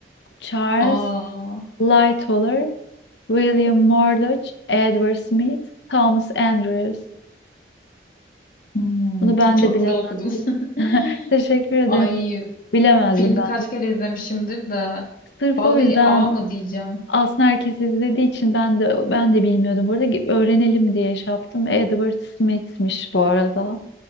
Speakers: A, on the left; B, on the left.
A: Charles
B: Aa.
A: Lightoller, William Murdoch, Edward Smith, Thomas Andrews.
B: Hmm.
A: Bunu ben
B: Aa, çok
A: de bilemem.
B: güzel okudun.
A: <laughs>
B: <laughs>
A: Teşekkür ederim.
B: Ay
A: Bilemezdim
B: filmi
A: ben
B: kaç
A: de.
B: kere izlemişimdir de.
A: Sırf
B: Vallahi
A: o yüzden
B: A mı diyeceğim.
A: aslında herkes izlediği için ben de ben de bilmiyordum. burada öğrenelim diye şey yaptım. Edward Smith'miş bu arada.